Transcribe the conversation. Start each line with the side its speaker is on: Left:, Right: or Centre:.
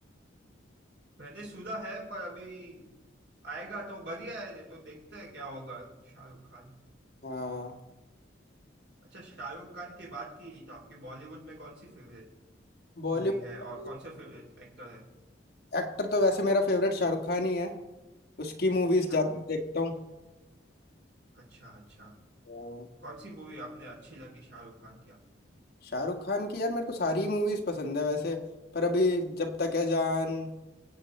Right: मैंने सुना है पर अभी आएगा तो बढ़िया है नहीं तो देखते हैं क्या होगा शाहरुख खान
Left: हाँ
Right: अच्छा शाहरुख खान की बात की तो आपकी बॉलीवुड में कौन सी फेवरेट
Left: बॉलीवुड
Right: मूवी है और कौन से फेवरेट एक्टर है
Left: एक्टर तो वैसे मेरा फेवरेट शाहरुख खान ही है उसकी मूवीज
Right: अच्छा
Left: ज्यादा देखता हूँ
Right: अच्छा अच्छा
Left: हाँ,
Right: कौन सी मूवी आपने अच्छी लगी शाहरुख खान की आपकी
Left: शाहरुख खान की यार मेरे को सारी मूवीज पसंद है वैसे पर अभी जब तक है जान